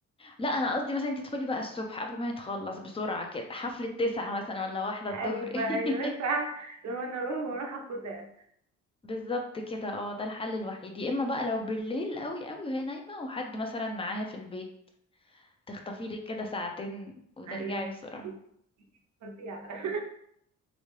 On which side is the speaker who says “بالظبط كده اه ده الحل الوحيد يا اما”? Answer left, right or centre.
Left